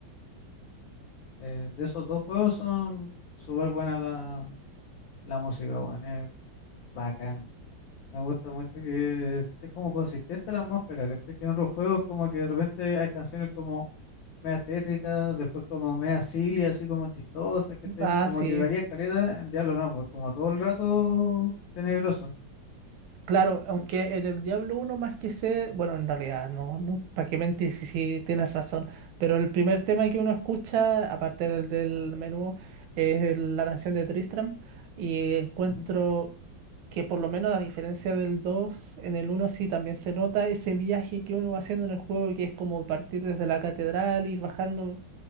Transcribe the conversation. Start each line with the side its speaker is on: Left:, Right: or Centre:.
Left: Eh, de esos dos juegos son súper buena la, la música, weón. Es bacán. Me gusta mucho que es es como consistente la atmósfera, ¿cachai? Que en otros juegos como que de repente hay canciones como media tétricas, después como media silly, así como chistosas, ¿cachai?
Right: Ah,
Left: Como
Right: sí.
Left: que varían caleta, en Diablo no, pues como todo el rato tenebroso.
Right: Claro, aunque en el Diablo uno más que sé, bueno, en realidad no, no, para qué mentir si, si tienes razón, pero el primer tema que uno escucha, aparte del del menú, es el- la canción de Tristram y encuentro
Left: Ujú.
Right: que por lo menos a diferencia del 2, en el uno sí también se nota ese viaje que uno va haciendo en el juego, que es como partir desde la catedral, ir bajando